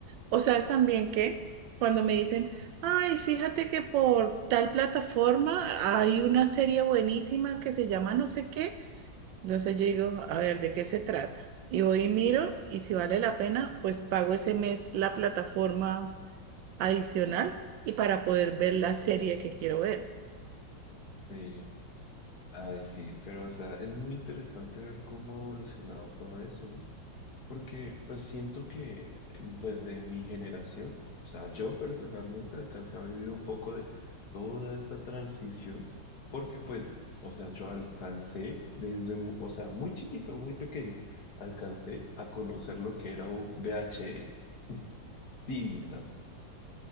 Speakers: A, on the right; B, on the left.
A: O sea, es también que cuando me dicen, ay, fíjate que por tal plataforma hay una serie buenísima que se llama no sé qué, entonces yo digo, a ver, ¿de qué se trata? Y voy y miro y si vale la pena, pues pago ese mes la plataforma adicional y para poder ver la serie que quiero ver.
B: sí, ay, sí, pero o sea, es muy interesante ver cómo ha evolucionado todo eso, ¿no? Porque pues siento que eh, desde mi generación, o sea, yo personalmente alcancé a vivir un poco de toda esa transición, porque pues, o sea, yo alcancé desde, mu- o sea, muy chiquito, muy pequeño, alcancé a conocer lo que era un VHS, tinta.